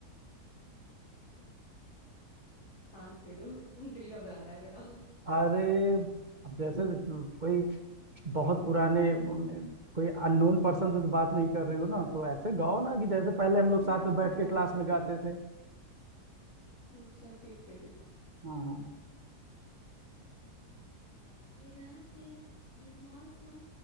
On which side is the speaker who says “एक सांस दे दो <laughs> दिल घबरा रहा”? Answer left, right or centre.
Left